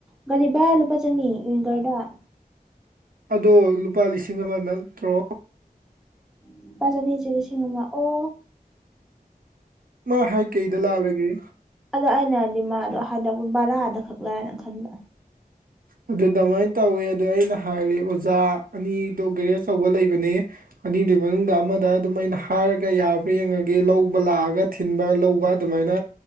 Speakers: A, in the centre; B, on the right (about 65°).
A: ꯒꯥꯔꯤ ꯕꯔꯥ ꯂꯨꯄꯥ ꯆꯅꯤ ꯋꯤꯡꯒꫪꯗ
B: ꯑꯗꯣ ꯂꯨꯄꯥ ꯂꯤꯁꯤꯡ ꯑꯃ ꯅꯠꯇ꯭ꯔꯣ
A: ꯂꯨꯄꯥ ꯆꯅꯤꯖꯦ ꯂꯤꯁꯤꯡ ꯑꯃꯥ ꯑꯣ
B: ꯃꯥ ꯍꯥꯏ ꯀꯩꯗ ꯂꯥꯜꯂꯒꯦ
A: ꯑꯗꯣ ꯑꯩꯅ ꯍꯥꯏꯗꯤ ꯃꯥꯗꯣ ꯍꯥꯏꯗꯛꯄ ꯕꯔꯥꯗ ꯈꯛ ꯂꯥꯏꯅ ꯈꯟꯕ
B: ꯑꯗꯨ ꯗꯃꯥꯏꯅ ꯇꯧꯋꯦ ꯑꯗꯨ ꯑꯩꯅ ꯍꯥꯏꯔꯦ ꯑꯣꯖꯥ ꯑꯅꯤꯗꯣ ꯒꯥꯔꯤ ꯑꯆꯧꯕ ꯂꯩꯕꯅꯦ ꯑꯅꯤꯗꯨꯒꯤ ꯃꯅꯨꯡꯗ ꯑꯃꯗ ꯑꯗꯨꯝ ꯑꯩꯅ ꯍꯥꯏꯔꯒ ꯒ ꯌꯥꯕ꯭ꯔꯥ ꯌꯦꯡꯉꯒꯦ ꯂꯧꯕ ꯂꯥꯛꯑꯒ ꯊꯤꯟꯕ ꯂꯧꯕ ꯑꯗꯨꯃꯥꯏꯅ